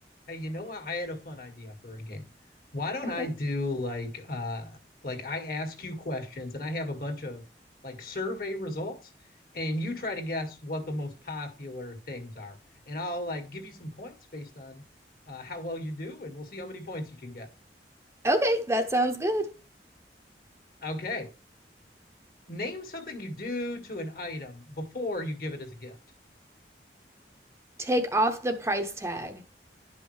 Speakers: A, on the left; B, on the right.
A: Hey, you know what? I had a fun idea for a game. Why don't
B: Okay.
A: I do like uh like I ask you questions and I have a bunch of like survey results and you try to guess what the most popular things are. And I'll like give you some points based on uh how well you do and we'll see how many points you can get.
B: Okay, that sounds good.
A: Okay. Name something you do to an item before you give it as a gift.
B: Take off the price tag.